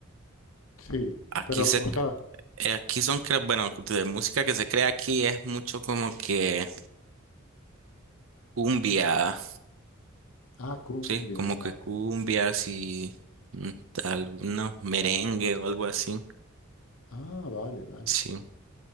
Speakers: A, on the left (about 85°); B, on the right (about 70°).
A: Sí,
B: Aquí
A: pero,
B: se
A: o sea,
B: Eh, Aquí son, cre- bueno, de música que se crea aquí es mucho como que cumbia,
A: ah, cumbias,
B: ¿sí? Como que
A: vale.
B: cumbias y mm, algunos merengue o algo así,
A: Ah, vale, vale.
B: sí.